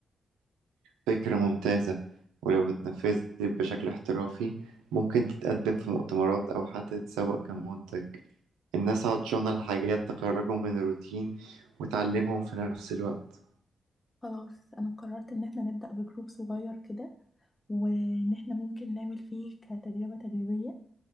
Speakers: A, on the right (about 85°); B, on the left (about 30°).
A: فكرة ممتازة ولو اتنفذت بشكل احترافي ممكن تتقدم في مؤتمرات أو حتى تتسوق كمنتج الناس عطشانة لحاجات تخرجهم من الروتين وتعلمهم في نفس الوقت
B: خلاص انا قررت ان احنا نبدأ بجروب صغير كده وان احنا ممكن نعمل فيه كتجربة تجريبية